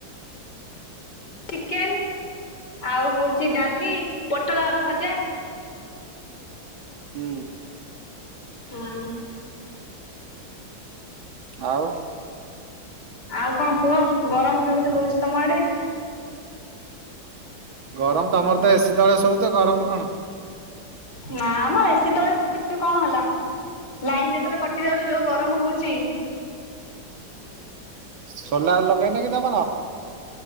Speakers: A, on the left (about 55°); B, on the right (about 80°).
A: ଚିକେନ୍ ଆଉ ହଉଛି ଡାଲି। ପୋଟଳ ଆଳୁ ଭଜା,
B: ହୁଁ।
A: ହଁ।
B: ଆଉ,
A: ଆଉ କଣ କୁହ ଗରମ କେମିତି ହଉଛି ତମ ଆଡେ?
B: ଗରମ ତମର ତ ଏସି ତଳେ ସଉଚ! ଗରମ କଣ?
A: ନା ମ ଏସି ତଳେ <inaudible> କଣ ହେଲା ଲାଇନ ଯେତେବେଳେ କଟି ଯାଉଛି, ଯୋଉ ଗରମ ହଉଛି।
B: ସୋଲାର୍ ଲଗେଇନା କି ତମର?